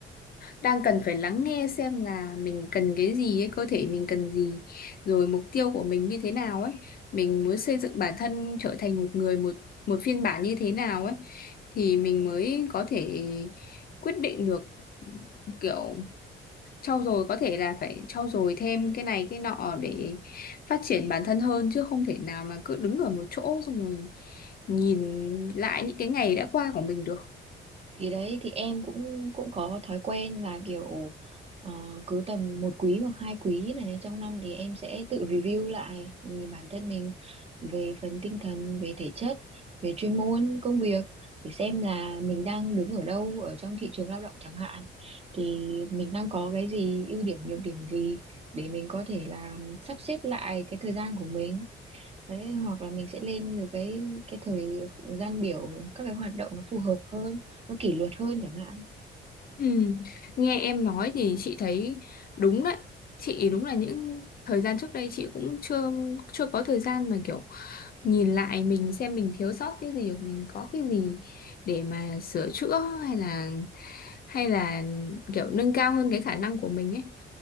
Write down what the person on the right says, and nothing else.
thì đấy thì em cũng cũng có thói quen là kiểu ờ, cứ tầm một quý hoặc hai quý này trong năm thì em sẽ tự review lại thì bản thân mình về phần tinh thần về thể chất về chuyên môn công việc để xem là mình đang đứng ở đâu ở trong thị trường lao động chẳng hạn thì mình đang có cái gì ưu điểm nhược điểm gì để mình có thể là sắp xếp lại cái thời gian của mình đấy hoặc là mình sẽ lên được cái cái thời gian biểu các cái hoạt động nó phù hợp hơn nó kỷ luật hơn chẳng hạn